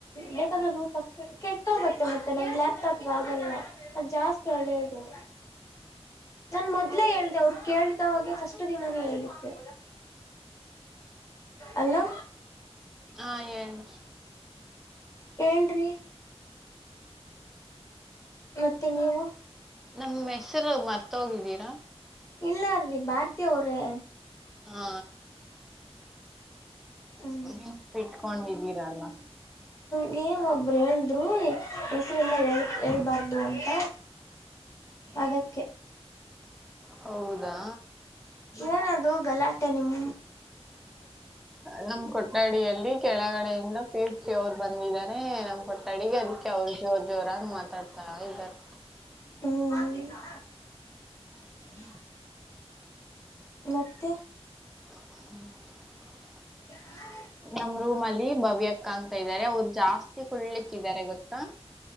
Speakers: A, on the left; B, in the centre.
A: ಬೇಕಾಂದ್ರೆ ರೂಪಕ್ಕ ಕೆಟ್ಟೋಗುತ್ತೆ ಮತ್ತೆ ನಂಗೆ ಲ್ಯಾಪ್ ಟಾಪ್ ಗೆ ಆಗಲ್ಲ ಅದು ಜಾಸ್ತಿ ಹಳ್ಳೆದು ನನ್ ಮೊದ್ಲೇ ಹೇಳ್ದೆ ಅವ್ರ ಕೇಳಿದವಾಗೆ ಫಸ್ಟ್ ದಿನಾನೆ ಹೇಳಿದ್ದೆ. ಅಲೋ
B: ಹಾ ಹೇಳ್ ಅಣ್ಣ
A: ಹೇಳ್ ರೀ ಮತ್ತೆ ನೀವು
B: ನಮ್ ಹೆಸರು ಮರ್ತೊಗಿದ್ರೀರಾ
A: ಇಲ್ಲ ರೀ. ಭಾರತಿ ಅವ್ರೇ.
B: ಹಾ
A: ಹ್ಮ
B: ನೆನ್ಪಿಟ್ಕೊಂಡಿದ್ದೀರಲ್ಲ
A: ನಿವ್ ಒಬ್ರೆ ರೀ ಹೆಸರ್ ಎಲ್ಲಾ ಹೇಳ್ಬಾರ್ದು ಅಂತ ಅದಕ್ಕೆ
B: ಹೌದಾ
A: ಏನದು ಗಲಾಟೆ ನಿಮ್
B: ನಮ್ ಕೊಠಡಿಯಲ್ಲಿ ಕೆಳಗಡೆಯಿಂದ ಪೀತ್ಸಿ ಅವರು ಬಂದಿದ್ದಾರೆ. ಕೊಟ್ಟ ಅಡಿಗೆ ಅದಕ್ಕೆ ಅವ್ರು ಜೋರ್ ಜೋರಾಗಿ ಮಾತಾಡ್ತಾರ ಇದ್ದಾರೆ.
A: ಹ ಮತ್ತೆ
B: ಹ್ಮ್ <unintelligible>
A: ಹ <unintelligible>
B: ನಮ್ ರೂಮ್ ಅಲ್ಲಿ ಭವ್ಯಕ್ಕ ಅಂತ ಇದ್ದಾರೆ ಅವರು ಜಾಸ್ತಿ ಕುಳ್ಳಿಕ್ಕೆ ಇದ್ದಾರೆ ಗೊತ್ತಾ?